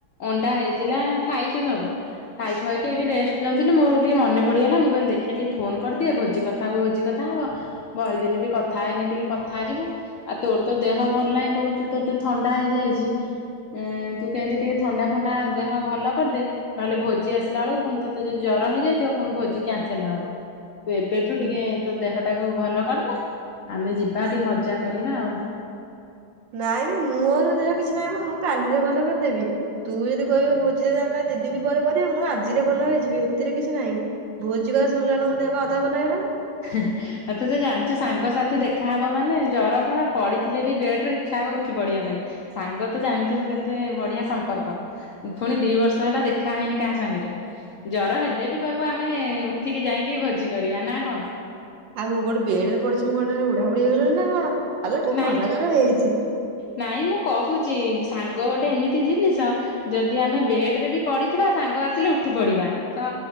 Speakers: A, on the left; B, on the right.
A: ଅଣ୍ଡା ହେଇଥିଲା ଖାଇଛୁ ସବୁ ଖାଇ ଖୁଆକ ଏଇଠି ରେଷ୍ଟ ନେଉଥିଲ ମଁ ଟିକେ ମନେ ପଡ଼ିଗଲା ମୁଁ କହିଲି ଦେଖିବା ଟିକେ ଫୋନ କରିଦିଏ ଭୋଜି କଥା କଥାକୁ ହୋଜି କଥା ହବ ବହେଦିନ ବି କଥା କଥା ହେଇନି ଟିକେ କଥା ହେଇଯିବୁ ଆଉ ତୋର ତ ଦେହ ଭଲ ନାହିଁ କହୁଛୁ ତୋତେ ତ ଥଣ୍ଡା ହେଇଯାଇଛି ଏ ତୁ କେମିତି ଟିକେ ଥଣ୍ଡା ଫଣ୍ଡା ଦେହ ଭଲ କରିଦେ ନହେଲେ ଭୋଜି ଆସିଲା ବେଳକୁ ପୁଣି ତୋତେ ଯୋଉ ଜର ହେଇଯାଇଥିବ ପୁଣି ଭୋଜି କ୍ୟାନସେଲ ହବ ତୁ ଏବେ ସେଠୁ
B: ହୁଁ
A: ଟିକେ ତୋ ଦେହଟାକୁ ଭଲ କରିଦେ ଆମେ ଯିବା
B: ନା
A: ଟିକେ ମଜା କରିବା ଆଉ
B: ନାଇଁ ମୋର ଦେହ କିଛି ନାଇଁ ମୁଁ କାଲିରେ ଭଲ କରିଦେବି ତୁ ଯଦି କହିବୁ ଭୋଜି ଯଦି ଆମେ ଦି ଦିନ ପରେ କରିବୁ ମୁଁ ଆଜିରେ ଭଲ ହେଇଯିବି ହେଥିରେ କିଛି ନାହିଁ। ଭୋଜି କଥା ଶୁଣିଲା ବେଳକୁ ମୋ ଦେହ ବା ଅଧା ଭଲ ହେଇ ଗଲାଣି।
A: ହେଁ ହେଁ ହଁ ତୁ ତ ଜାଣିଛୁ ସାଙ୍ଗସାଥି ଦେଖାହେବ ମାନେ ଜ୍ୱର କଣ ପଡ଼ିଥିଲେ ବି ବେଡ଼ ରୁ ଇଚ୍ଛା ହବ ଉଠି ପଡ଼ିବା ପାଇଁ। ସାଙ୍ଗ ତ ଜାଣିଥିବୁ କେତେ ବଢିଆ ସମ୍ପର୍କ। ପୁଣି ଦି ବର୍ଷ ହେଲା ଦେଖା ହେଇନି କାହା ସାଙ୍ଗରେ। ଜର ହେଲେ ବି କହିବୁ ଆମେ ଉଠିକି ଯାଇକି ଭୋଜି କରିବା ନା କଣ।
B: ଆଉ ମୁଁ ଏଠି ବେଡ୍ ରେ ପଡିଛି ମୁଁ କଁ ବୁଢା ବୁଡିି ହେଇଗଲିଣି ନା କଣ ଆଲୋ ଟିକେ
A: ନାଇଁ
B: ଥଣ୍ଡା ଜର ହେଇଛି।
A: ନାଇଁ ମୁଁ କହୁଛି ସାଙ୍ଗ ଗୋଟେ ଏମିତି ଜିନିଷ। ଯଦି ଆମେ ବେଡ ରେ ବି ପଡିଥିବା ସାଙ୍ଗ ଆସିଲେ ଉଠି ପଡିବା ତ